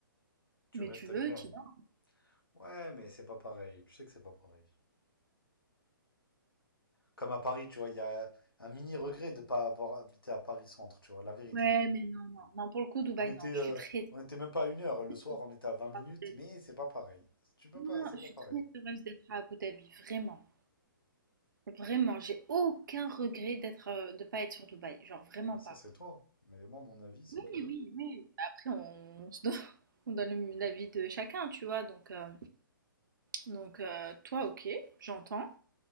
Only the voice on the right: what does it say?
mais
tu veux,
tu y vas.
Ouais, mais non, non, non, pour le coup, Dubaï,
non,
je suis très, très
heureuse
d'être
à Abu Dhabi.
Non,
je
suis
très heureuse d'être à Abu Dhabi, vraiment. Vraiment, j'ai aucun regret d'être, heu, de pas être sur Dubaï, genre vraiment
pas.
Oui,
oui, oui. Bah, Après on on se donne <laughs> on donne le l'avis de chacun, tu vois? Donc heu, donc heu, toi OK, j'entends.